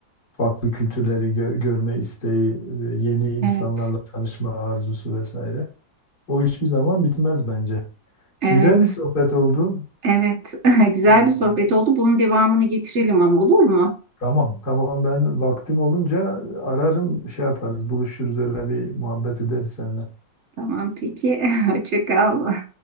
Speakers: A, on the left; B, on the right.
A: farklı kültürleri gö- görme isteği, e, yeni insanlarla
B: evet
A: tanışma arzusu vesaire. O hiçbir zaman bitmez bence.
B: evet
A: Güzel bir sohbet oldu.
B: evet <laughs> güzel
A: Ee,
B: bir sohbet oldu. Bunun devamını getirelim ama olur mu?
A: tamam, tamam ben vaktim olunca ararım, şey yaparız, buluşuruz öyle bir muhabbet ederiz seninle.
B: Tamam peki <laughs> hoşça kal.